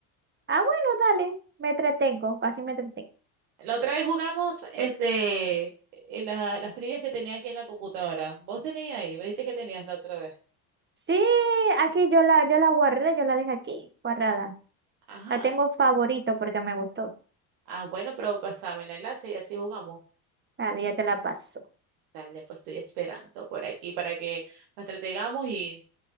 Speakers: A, on the right; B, on the right.
A: ah, bueno, dale, me entretengo, así me entretengo.
B: La otra vez jugamos este, eh, la- las trivias que tenía aquí en la computadora. ¿Vos tenías ahí? Me dijiste que tenías la otra vez.
A: Sí, aquí yo la, yo la guardé, yo la dejé aquí, guardada.
B: Ajá.
A: La tengo favorito porque me gustó.
B: Ah, bueno, pero pasame el enlace y así jugamos.
A: Dale, ya te la paso.
B: Dale, pues estoy esperando por aquí para que nos entretengamos y